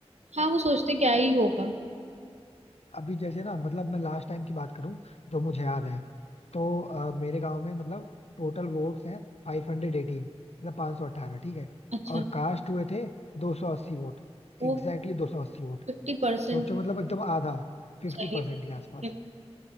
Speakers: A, on the right (about 80°); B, on the left (about 70°).
A: हाँ वो सोचते क्या ही होगा
B: अभी जैसे ना मतलब मैं लास्ट टाइम की बात करूं जो मुझे याद है तो अ, मेरे गांव में मतलब टोटल वोट्स हैं फाइव हंड्रेड एटीन मतलब पाँच सौ अठारह ठीक है
A: अच्छा
B: और कास्ट हुए थे दो सौ अस्सी वोट
A: वो
B: Exactly दो सौ अस्सी vote
A: फिफ्टी परसेंट
B: सोचो मतलब एकदम आधा फिफ्टी
A: सही
B: परसेंट के आसपास
A: है।